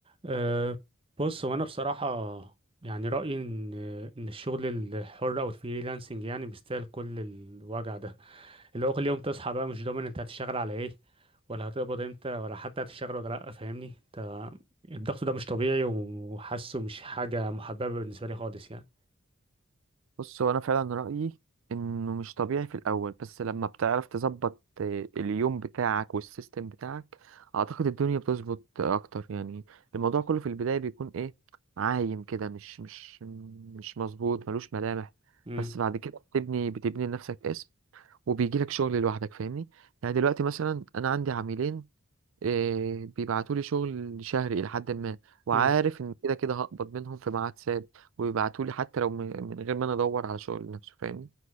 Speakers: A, on the right; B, on the right.
A: أه بص هو انا بصراحه يعني رايي ان ان الشغل الحر او الفريلانسنج يعني بيستاهل كل الوجع ده اللي هو كل يوم تصحى بقى مش ضامن انت هتشتغل على ايه ولا هتقبض امتى ولا حتى هتشتغل ولا لا فاهمني انت الضغط ده مش طبيعي وحاسه مش حاجه محببه بالنسبه لي خالص يعني
B: بص هو انا فعلا رايي انه مش طبيعي في الاول بس لما بتعرف تظبط آه، اليوم بتاعك والسيستم بتاعك اعتقد الدنيا بتظبط اكتر يعني الموضوع كله في البدايه بيكون ايه عايم كده مش مش مش مظبوط ملوش ملامح
A: امم
B: بس بعد كده بتبني بتبني لنفسك اسم وبيجيلك شغل لوحدك فاهمني يعني دلوقتي مثلا انا عندي عميلين إيه بيبعتولي شغل شهري إلى حد ما وعارف
A: امم
B: إن كده كده هقبض منهم في ميعاد ثابت وبيبعتولي حتى لو من من غير ما أنا أدور على شغل نفسه فاهمني